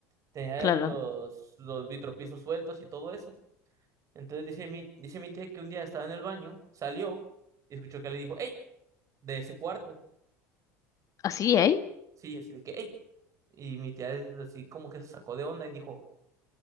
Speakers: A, on the right; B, on the left.
A: Tenía
B: claro.
A: los, los vitropisos sueltos y todo eso. Entonces dice mi, dice mi tía que un día estaba en el baño, salió y escuchó que le dijo, ¡Ey! De ese cuarto.
B: ¿Así, ahí
A: Sí, así de que, ¡Ey! Y mi tía es así como que se sacó de onda y dijo,